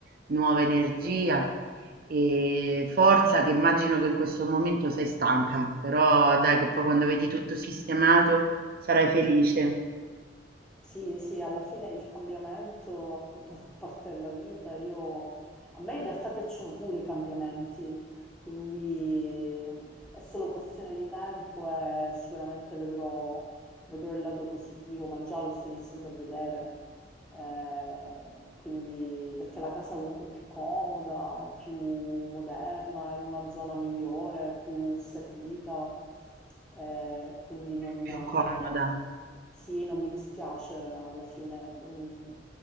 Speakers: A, on the right (about 50°); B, in the centre.
A: nuova energia. E forza che immagino che in questo momento sei stanca, però dai che poi quando vedi tutto sistemato sarai felice,
B: Sì, sì, alla fine il cambiamento appunto fa parte della vita. Io, a me in realtà piacciono pure i cambiamenti, quindi è solo questione di tempo e sicuramente vedrò, vedrò il lato positivo, ma già lo sto iniziando a vedere. Eh, quindi, perché la casa comunque è più comoda, è più moderna, è in una zona migliore, più servita, eh, quindi non...
A: più comoda,
B: Sì, non mi dispiace alla fine. mm,